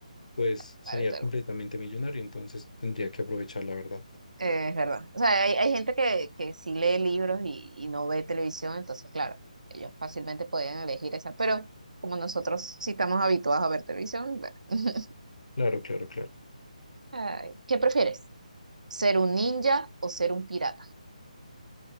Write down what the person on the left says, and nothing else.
pues
sería
completamente millonario, entonces tendría que aprovechar la verdad.
Claro, claro, claro.